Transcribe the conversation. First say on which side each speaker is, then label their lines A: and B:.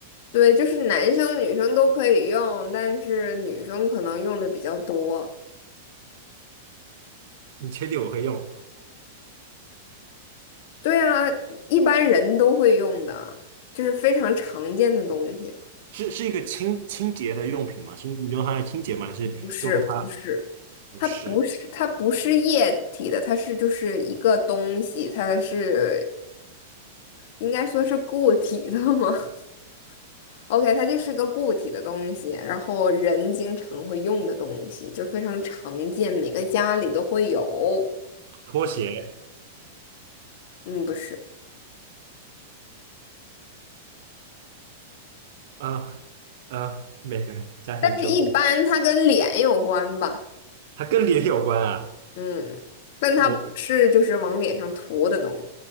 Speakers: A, on the left; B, on the right.
A: 对，就是男生女生都可以用，但是女生可能用的比较多。
B: 你确定我会用？
A: 对啊，一般人都会用的，就是非常常见的东西。
B: 是是一个清清洁的用品吗？是你用它来清洁吗？还是用它？
A: 不是，不是，
B: 不是
A: 它不是，它不是液体的，它是就是一个东西，它是应该说是固体的吗 <laughs>？OK，它就是个固体的东西，然后人经常会用的东西，就非常常见，每个家里都会有。
B: 拖鞋。
A: 嗯，不是，
B: 啊啊，每个家庭都会，
A: 但是一般它跟脸有关吧？
B: 它跟脸有关啊。
A: 嗯，但它不是就是往脸上涂的东西。
B: 我